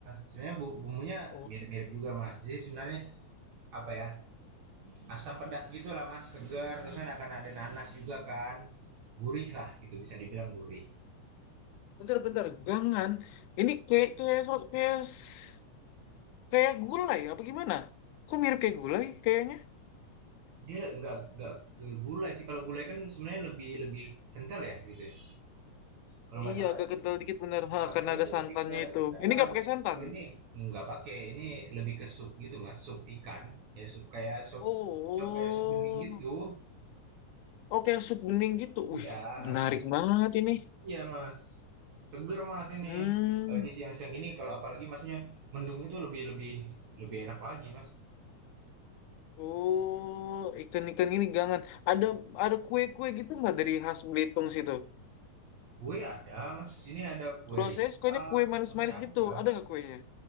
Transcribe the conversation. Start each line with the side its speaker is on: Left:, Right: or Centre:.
Right: Sebenarnya bu bumbunya
Left: Oh,
Right: mirip-mirip juga, Mas. Jadi sebenarnya apa ya? Asam pedas gitulah, Mas. Segar, terus kan akan ada nanas juga kan. Gurih lah gitu bisa dibilang gurih.
Left: bentar bentar. Gangan. Ini kayak kayak so- kayak s- Kayak gulai, apa gimana? Kok mirip kayak gulai kayaknya?
Right: Dia nggak nggak ke gulai sih. Kalau gulai kan sebenarnya lebih lebih kental ya gitu ya. Kalau nggak
Left: Iya,
Right: salah.
Left: agak kental dikit bener.
Right: Ah,
Left: Ha, karena
Right: kalau ini
Left: ada
Right: lebih
Left: santannya
Right: ke
Left: itu. Ini
Right: ah,
Left: nggak pakai santan.
Right: kalau ini nggak pakai, ini lebih ke sup gitu Mas, sup ikan, ya sup kayak sup
Left: Oh,
Right: sup kayak sup bening gitu.
Left: oke sup bening gitu. Wih,
Right: Iya,
Left: menarik
Right: ah,
Left: banget ini.
Right: iya Mas. Seger Mas ini.
Left: Hmm,
Right: Lagi siang-siang ini kalau apalagi Masnya mendung itu lebih lebih lebih enak lagi Mas.
Left: oh ikan-ikan gini gangan. Ada ada kue-kue gitu nggak dari khas Belitung situ?
Right: Kue ada Mas, sini ada kue
Left: Kalau
Right: rintak
Left: saya sukanya kue
Right: namanya
Left: manis-manis
Right: ada.
Left: gitu. Ada nggak kuenya?